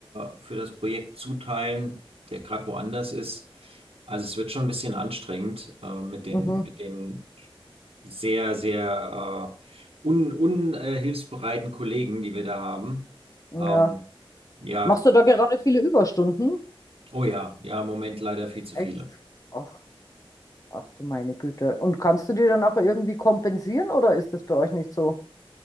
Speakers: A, on the right; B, on the left.
A: äh, für das Projekt zuteilen, der gerade woanders ist. Also es wird schon ein bisschen anstrengend äh, mit den,
B: mhm,
A: mit den sehr, sehr äh, un, un, äh, hilfsbereiten Kollegen, die wir da haben.
B: ja.
A: Ähm, ja,
B: Machst du da gerade viele Überstunden?
A: oh ja, ja, im Moment leider viel zu
B: Echt?
A: viele.
B: Ach, ach du meine Güte. Und kannst du die dann auch irgendwie kompensieren oder ist das bei euch nicht so?